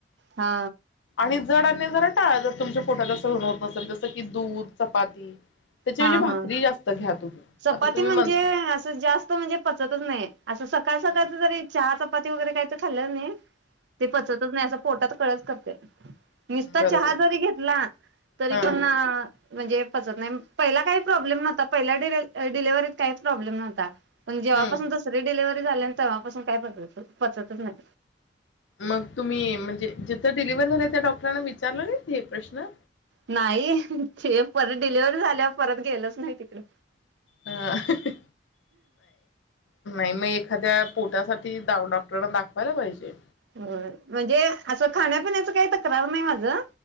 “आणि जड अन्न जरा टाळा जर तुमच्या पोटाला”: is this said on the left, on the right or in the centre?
Left